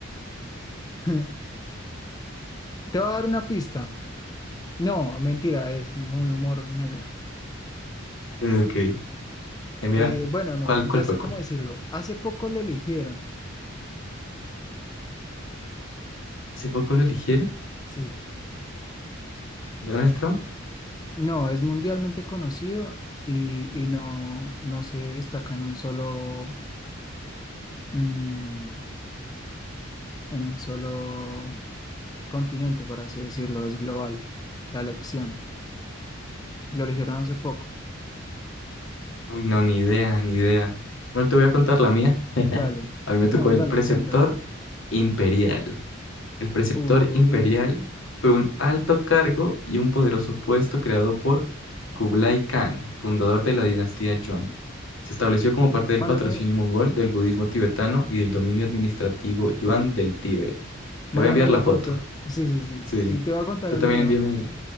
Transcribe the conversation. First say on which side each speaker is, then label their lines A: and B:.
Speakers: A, on the left; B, on the left.
A: <laughs> Te voy a dar una pista. No, mentira, es muy humor negro.
B: Ok. Envía.
A: Eh, bueno, no,
B: ¿Cuál,
A: ya
B: cuál fue?
A: sé
B: ¿Cuál?
A: cómo decirlo. Hace poco lo eligieron.
B: ¿Hace poco lo eligieron?
A: Sí.
B: ¿Donald Trump?
A: No, es mundialmente conocido y, y no, no se destaca en un solo. mm, en un solo continente, por así decirlo, es global la elección. Lo eligieron hace poco.
B: Uy, no, ni idea, ni idea. Bueno, te voy a contar la mía. <laughs>
A: Dale,
B: A
A: <laughs>
B: mí me
A: dale,
B: tocó el preceptor
A: cuéntame.
B: imperial. El preceptor
A: Uy,
B: imperial fue un alto cargo y un poderoso puesto creado por Kublai Khan, fundador de la dinastía Yuan. Se estableció como parte del
A: mándame,
B: patrocinio mongol del budismo tibetano y del dominio administrativo
A: ok,
B: Yuan del Tíbet. Te
A: mándame
B: voy a enviar la
A: la
B: foto.
A: foto. Sí, sí, sí.
B: Sí.
A: Y te voy a contar
B: Tú
A: el
B: también
A: mío.
B: envíame.